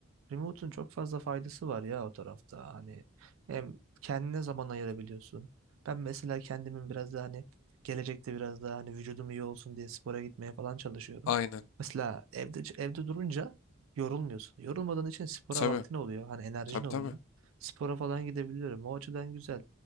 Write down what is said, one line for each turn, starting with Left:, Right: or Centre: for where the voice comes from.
Right: Remote'un çok fazla faydası var ya o tarafta. Hani hem kendine zaman ayırabiliyorsun. Ben mesela kendimin biraz daha hani gelecekte biraz daha hani vücudum iyi olsun diye spora gitmeye falan çalışıyorum.
Left: Aynen.
Right: Mesela evde evde durunca yorulmuyorsun. Yorulmadığın için spora
Left: Tabii.
Right: vaktin oluyor. Hani enerjin
Left: Tabii
Right: oluyor.
Left: tabii.
Right: Spora falan gidebiliyorum. O açıdan güzel.